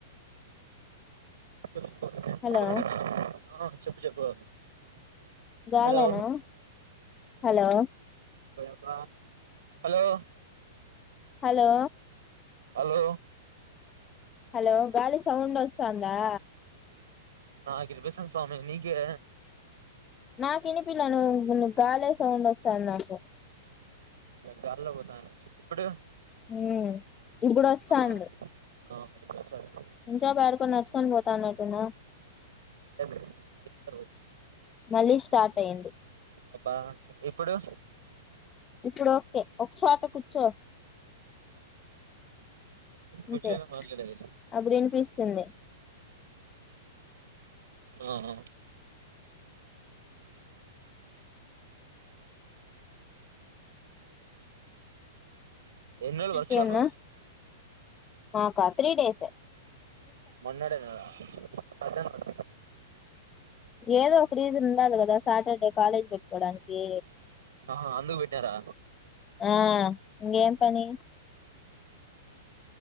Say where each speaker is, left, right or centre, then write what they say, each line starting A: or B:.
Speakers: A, on the right; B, on the left.
A: చెప్పుకో
B: హలో
A: <unintelligible> ఆ చెప్పు చెప్పు
B: గాలా
A: హలో
B: నా హలో
A: ఓయబ్బ హలో
B: హలో
A: హలో
B: హలో గాలి సౌండ్ వస్తోందా
A: నాకి వినిపిస్తాంది స్వామి నీకే
B: నాకు వినిపిలా నువ్వు గాలే సౌండ్ వస్తాంది నాకు
A: ఈడ గాల్లో పోతాను ఇప్పుడు
B: ఉమ్ ఇప్పుడు వస్తాంది
A: ఆ ఆ ఇప్పుడు ఒచ్చంది
B: <unintelligible> యాడికో నర్సుకోని పోతాన్నటున్నా
A: లేదు
B: మళ్ళీ స్టార్ట్ అయింది
A: అబ్బా ఇప్పుడు
B: ఇప్పుడు ఓకే ఒక చోట కూర్చో
A: కూర్చొనే
B: అంతే
A: మాట్లాడేది
B: అప్పుడు వినిపిస్తుంది
A: ఉహూ ఎన్ని రోజులు
B: ఇంకేమన్నా
A: వర్క్శాప్
B: మాకా త్రీ డేస్ ఏ
A: మనాడేనా మధ్యానం అండి
B: ఏదో ఒక రీజన్ ఉండాలి కదా సాటర్డే కాలేజ్ పెట్ కోడానికి
A: ఆ అందుకు పెట్టినరా
B: ఆ ఇంకేం పని